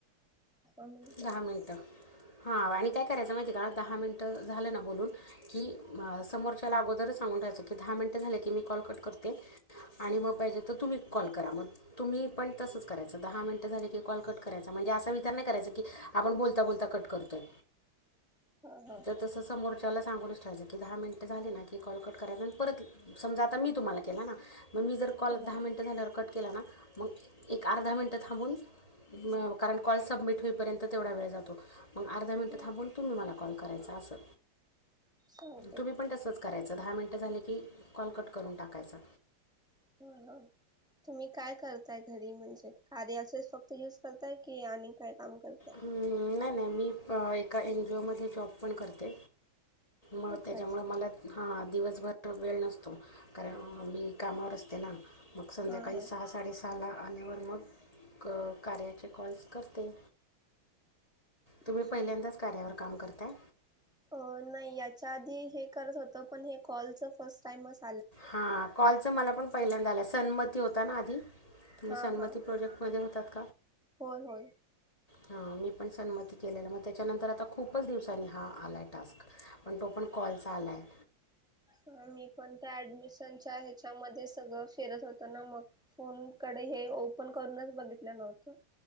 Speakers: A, in the centre; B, on the left.
A: मिनिटे
B: दहा मिनिटं हा आणि काय करायचं माहिती आहे का दहा मिनिटं झालं ना बोलून की समोरच्या अगोदर सांग बोलायच की दहा मिनट झाले की मी कॉल कट करते. आणि मग पाहिजे तर तुम्ही कॉल करा मग तुम्ही पण तसंच करायचं दहा मिनिटं झाले की कॉल कट करायचा. म्हणजे अस विचार नाही करायच. आपण बोलता बोलता कट कतोय
A: हा हा
B: तर तस समोरच्या त्याला सांगूनच ठायचं की दहा मिनिट झाले ना की कॉल कट करायच आणि परत समजा आता मी तुम्हाला केला ना मग मी जर कॉल
A: हा.
B: दहा मिनटं झाल्यावर कट केला ना मग एक अर्धा मिनटं थांबून कारण कॉल सबमिट होईल पर्यंत तेवढा वेळ जातो मग अर्धा मिनिटं
A: हा
B: थांबून तुम्ही मला कॉल करायचा असं.
A: चालते
B: तुम्ही
A: की
B: पण तसंच करायचं दहा मिनटं झाले की कॉलकट करून टाकायचं
A: ह ह तुम्ही काय करताय घरी म्हणजे कार्याचे फक्त युज करताय की आणि काय. काम करते
B: हम्म, नाही नाही मी अ एका एन जीओमध्ये जॉब पण करते मग
A: अच्छा
B: त्याच्यामुळं
A: अच्छा
B: मला हां दिवसभर वेळ नसतो कारण मी कामावर असते. ना मग संध्याकाळी
A: हा हा
B: सहा साडेसहा झाला आल्यावर मग कार्याचे कॉल्स करते. तुम्ही
A: अच्छा.
B: पहिल्यांदाच कार्यावर काम करताय.
A: अ नाही याच्या आधी हे करत होत. पण हे कॉलच फर्स्ट टाइम अस
B: हा कॉलच मला पण पहिल्यांदा झालं सन्मती होता ना आधी तुम्ही
A: हा
B: सन्मती
A: हा
B: प्रोजेक्ट मध्ये होतात.
A: होय होय
B: हा मी पण सन्मती केलेला मग त्याच्यानंतर आता खूपच दिवसांनी हा आलाय टास्क पण तो पण कॉलचा आला आहे
A: मी पण त्याडमिश ह्याच्या म सगळ फिरत होत ना मग फोन कडे हे ओपन करूनच बघित न होत